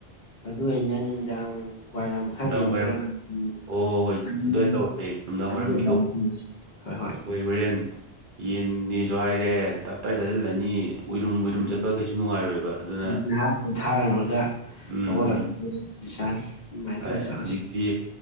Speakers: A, on the left; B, on the right.
A: ꯑꯗꯨ ꯑꯩꯅ ꯅꯨꯃꯤꯗꯥꯡ ꯋꯥꯏꯔꯝ ꯈꯔ
B: ꯅꯨꯡꯗꯥꯡ
A: ꯅꯦꯝꯊꯔꯒꯗꯤ
B: ꯋꯥꯏꯔꯝ ꯑꯣ ꯍꯣꯏ
A: ꯑꯅꯤ
B: ꯑꯗꯨꯋꯥꯏ ꯇꯧꯔꯁꯦ ꯅꯨꯡꯗꯥꯡ
A: ꯑꯅꯤ
B: ꯋꯥꯏꯔꯝꯒꯤꯗꯣ
A: ꯑꯗꯨꯋꯥꯏꯗ ꯇꯧꯔꯁꯤ ꯍꯣꯏ ꯍꯣꯏ
B: ꯑꯩꯈꯣꯏ ꯍꯣꯔꯦꯟ ꯌꯦꯟꯅꯤꯁꯨ ꯍꯥꯏꯔꯦ ꯇꯞ ꯇꯥꯏ ꯆꯥꯁꯤꯜꯂꯅꯤ ꯎꯏꯔꯨꯝ ꯎꯏꯔꯨꯝ
A: ꯎꯝ
B: ꯆꯠꯄ ꯀꯩꯁꯨ ꯅꯨꯡꯉꯥꯏꯔꯣꯏꯕ ꯑꯗꯨꯅ
A: ꯅꯍꯥꯛꯄꯨ ꯊꯥꯔꯨꯔꯒ
B: ꯎꯝ
A: ꯍꯧꯒꯠꯂꯛꯄꯗꯁꯨ
B: ꯎꯝ
A: ꯄꯩꯁꯥꯅꯤ ꯑꯗꯨꯃꯥꯏꯅ
B: ꯍꯣꯏ
A: ꯇꯧꯔ ꯆꯠꯂꯁꯤ
B: ꯍꯧꯖꯤꯛꯇꯤ